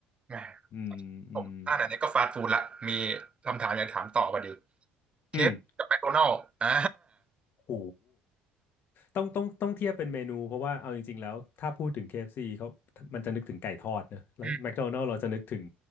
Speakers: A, on the right; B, on the left.
A: แหม
B: อืมอืม
A: ผมอ่านอันนี้ก็ฟาสต์ฟู้ดละมีคำถามอยากถามต่อพอดีเคฟกับแมคโดนัลด์อ่า
B: อืมโห ต้องต้องต้องเทียบเป็นเมนูเพราะว่าเอาจริงๆแล้วถ้าพูดถึง KFC เอฟซีเขามันจะนึกถึงไก่ทอดนะแล้ว
A: อืม
B: McDonald's เราจะนึกถึง